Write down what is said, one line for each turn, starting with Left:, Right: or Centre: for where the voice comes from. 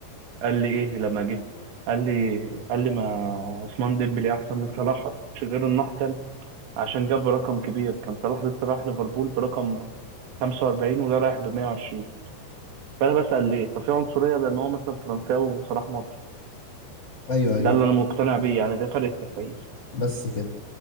Right: قال لي ايه لما جه قال لي قال لي ما عثمان ديمبلي احسن من صلاح مش غير انه احسن عشان جاب رقم كبير كان صلاح لسه رايح ليفربول برقم 45 وده رايح ب 120 فانا بسال ليه ففي عنصريه لان هو مثلا فرنساوي وصلاح مصري
Left: ايوه ايوه
Right: ده اللي انا مقتنع بيه يعني ده فرق التفكير
Left: بس كده